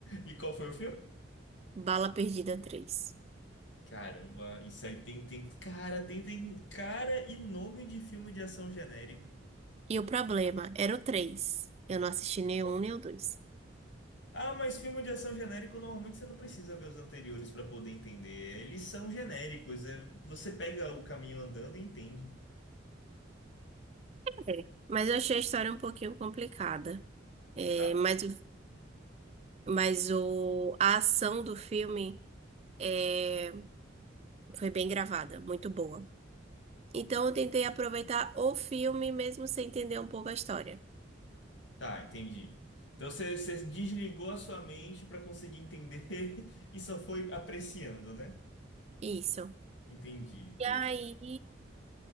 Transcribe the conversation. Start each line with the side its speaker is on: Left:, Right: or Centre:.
Left: E qual foi o filme?
Right: Bala Perdida três.
Left: Caramba, isso aí tem, tem cara, tem, tem cara e nome de filme de ação genérico.
Right: E o problema era o 3. Eu não assisti nem o um nem o dois.
Left: Ah, mas filme de ação genérico, normalmente você não precisa ver os anteriores para poder entender. Eles são genéricos. é- Você pega o caminho andando e entende.
Right: É, mas eu achei a história um pouquinho complicada. É,
Left: Tá.
Right: mas o, mas o, a ação do filme é, foi bem gravada, muito boa. Então eu tentei aproveitar o filme mesmo sem entender um pouco a história.
Left: Tá, entendi. Então você, você desligou a sua mente para conseguir entender <laughs> e só foi apreciando, né?
Right: Isso.
Left: Entendi.
Right: E aí